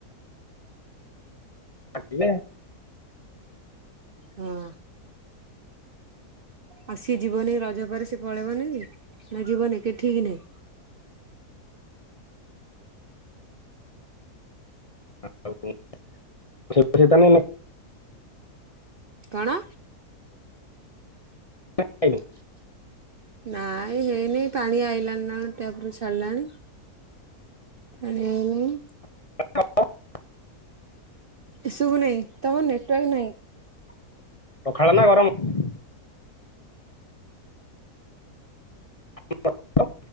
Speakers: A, on the left; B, on the right.
A: ହେଲା
B: ହଁ ଆଉ ସିଏ ଯିବନି ରଜ ପରେ ସିଏ ପଳେଇବନି କି ନା ଯିବନି କେ ଠିକ୍ ନାହିଁ?
A: <inaudible>
B: କଣ
A: <inaudible>
B: ନାଇଁ ହେଇନି ପାଣି ଆଇିଲା ନା ଟ୍ୟାପରୁ ଛାଲାଣି। ପାଣି ଆଇନି।
A: <inaudible>
B: ଏ ଶୁଭୁନି ତମର ନେଟୱାର୍କ ନାହିଁ?
A: <inaudible> ପଖାଳ ନା ଗରମ? <inaudible>